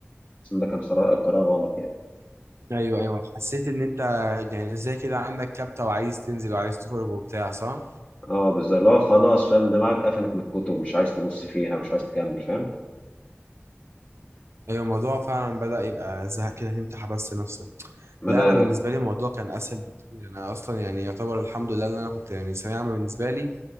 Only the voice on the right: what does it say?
ايوه ايوه حسيت ان انت يعني زي كده عندك كبتة وعايز تنزل وعايز تخرج وبتاع صح؟
ايوه الموضوع فعلا بدأ يبقى زهق كده تمتح بس نفسك
لا
انا بالنسبة لي الموضوع كان اسهل بكتير انا اصلا يعني يعتبر الحمد لله ان انا كنت يعني ثانوية عامة بالنسبة لي